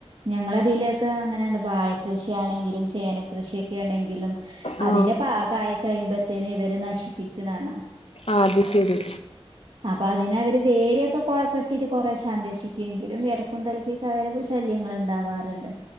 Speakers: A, on the right; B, on the left.
A: ഞങ്ങളതിലൊക്കെ അങ്ങനെ ആണ് വാഴ കൃഷിയ ആണെങ്കിലും ചേനക്കൃഷിയൊക്കെ ആണെങ്കിലും
B: ആഹ്
A: അതിന്റെ പാകമായി കഴിയുമ്പ ഇതിനെ ഇവരെ നശിപ്പിക്കണാണ്
B: അത് ശരി
A: അപ്പൊ അതിന് അവര് വേലിയൊക്കെ കെട്ടിട്ട് കുറെ സംരക്ഷിക്കുമെങ്കിലും ഇടക്കും തലക്കൊക്കെ അവര് ശല്യം ങ്ങനാഉണ്ടാവാറുണ്ട്